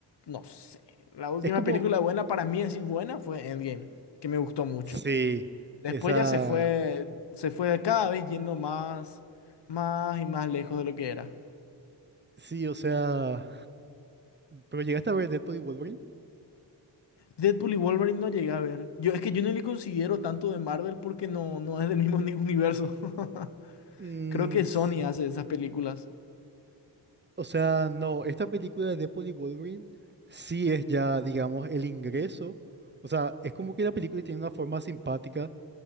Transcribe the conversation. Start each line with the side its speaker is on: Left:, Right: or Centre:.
Left: no sé, la última
Right: Es como.
Left: película buena para mí, así buena, fue Endgame, que me gustó mucho.
Right: Sí.
Left: Después
Right: Esa.
Left: ya se fue, se fue cada vez yendo más, más y más lejos de lo que era.
Right: Sí, o sea. Pero llegaste a ver Deadpool y Wolverine.
Left: Deadpool y Wolverine no llegué a ver. Yo, es que yo no le considero tanto de Marvel porque no, no es del mismo uni- universo. <laughs>
Right: Mm,
Left: Creo que Sony
Right: s-
Left: hace esas películas.
Right: o sea, no. Esta película de Deadpool y Wolverine sí es ya, digamos, el ingreso. O sea, es como que la película tiene una forma simpática